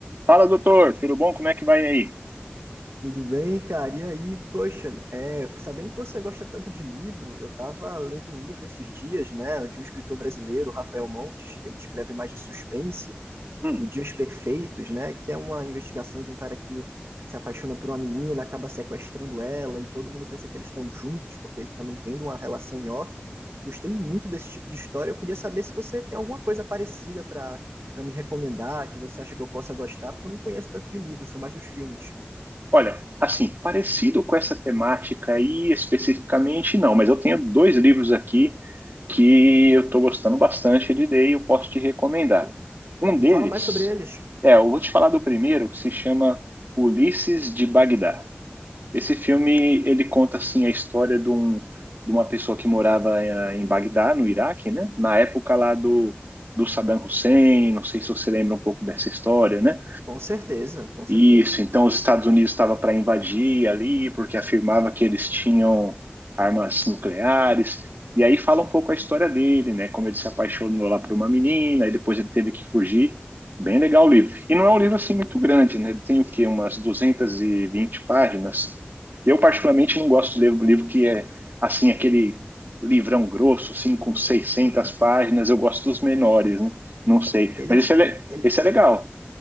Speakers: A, on the right (about 50°); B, on the right (about 85°).
A: Fala, doutor, tudo bom? Como é que vai aí?
B: Tudo bem, cara? E aí, poxa, é, sabendo que você gosta tanto de livro, eu tava lendo um livro esses dias, né, de um escritor brasileiro, Rafael Montes, que ele escreve mais de suspense,
A: Hum,
B: O Dias Perfeitos, né, que é uma investigação de um cara que se apaixona por uma menina, acaba sequestrando ela e todo mundo pensa que eles estão juntos porque ele fica mantendo uma relação em off. Gostei muito desse tipo de história. Eu queria saber se você tem alguma coisa parecida para para me recomendar, que você acha que eu possa gostar, porque eu não conheço tanto de livro, sou mais dos filmes.
A: olha, assim, parecido com essa temática aí especificamente, não, mas eu tenho dois livros aqui que eu estou gostando bastante de ler e eu posso te recomendar. Um deles,
B: Me fala mais sobre eles.
A: é, eu vou te falar do primeiro, que se chama Ulisses de Bagdá. Esse filme, ele conta, assim, a história de, um, de uma pessoa que morava eh, em Bagdá, no Iraque, né? Na época lá do, do Saddam Hussein, não sei se você lembra um pouco dessa história, né?
B: Com certeza, com certeza.
A: Isso, então os Estados Unidos estavam para invadir ali, porque afirmava que eles tinham armas nucleares. E aí fala um pouco a história dele, né? Como ele se apaixonou lá por uma menina, e depois ele teve que fugir. Bem legal o livro. E não é um livro assim muito grande, né? Ele tem o quê? Umas 220 páginas. Eu, particularmente, não gosto de ler um livro que é assim, aquele livrão grosso, assim, com seiscentas
B: Aham.
A: páginas. Eu gosto dos menores, né? Não sei.
B: Ele,
A: Mas
B: a-
A: esse é, le-
B: ele,
A: esse é legal.